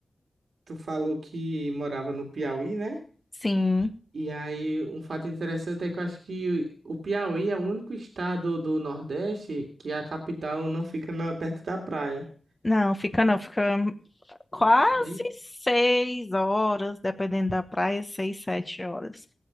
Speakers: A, on the right; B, on the left.
A: tu falou que morava no Piauí, né?
B: Sim.
A: E aí, um fato interessante é que eu acho que o Piauí é o único estado do Nordeste que a capital não fica na- perto da praia.
B: Não, fica não, fica quase
A: Bem,
B: seis horas, dependendo da praia, seis, sete horas